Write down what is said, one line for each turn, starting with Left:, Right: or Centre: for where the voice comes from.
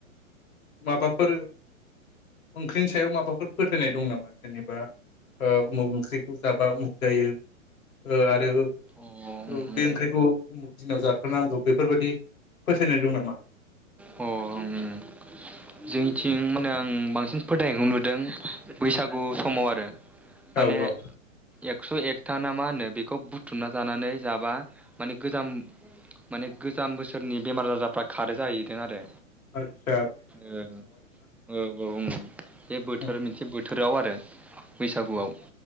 Left: माबाफोर ओंख्रिनि सायाव माबाफोर फोथायनाय दं नामा जेनेबा ओ उमुग ओंख्रिखौ जाबा उमुग जायो ओ आरो
Centre: अ
Left: ओ
Centre: उम
Left: बे ओंख्रिखौ उमुख दिनाव जाथारनांगौ बेफोरबायाददि फोथायनाय दं नामा?
Centre: अ उम जोंनिथिं माने आं बांसिन फोथायनायखौ नुदों बैसागु समाव आरो माने
Left: औ औ
Centre: एक क्स' एकथा ना मा होनो बेखौ बुथुमना जानानै जाबा माने गोजाम माने गोजाम बोसोरनि बेमार आजारफ्रा खारो जाहैदों आरो
Left: आद
Centre: ओ औ औ उम बे बोथोर
Left: उम
Centre: मोनसे बोथोराव आरो <inaudible> बैसागुआव
Left: औ औ